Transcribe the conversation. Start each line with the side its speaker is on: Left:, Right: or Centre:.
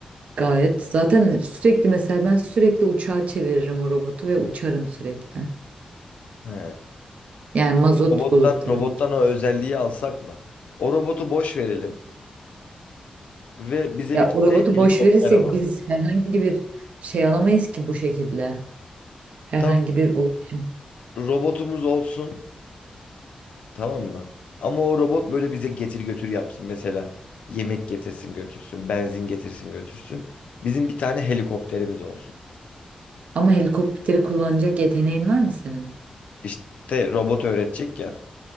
Right: Gayet. Zaten sürekli mesela ben sürekli uçağa çeviririm o robotu ve uçarım sürekli.
Left: He.
Right: Yani mazot
Left: Robottan,
Right: bulup tabii.
Left: robottan o özelliği alsak mı? O robotu boş verelim ve bize
Right: Ya
Left: bir tane
Right: o robotu
Left: helikopter
Right: boş verirsek
Left: alalım.
Right: biz herhangi bir şey alamayız ki bu şekilde. Herhangi
Left: Tamam.
Right: bir ulaşım.
Left: Robotumuz olsun. Tamam mı? Ama o robot böyle bize getir götür yapsın. Mesela yemek getirsin götürsün, benzin getirsin götürsün. Bizim bir tane helikopterimiz olsun.
Right: Ama helikopteri kullanacak yeteneğin var mı senin?
Left: İşte robot öğretecek ya.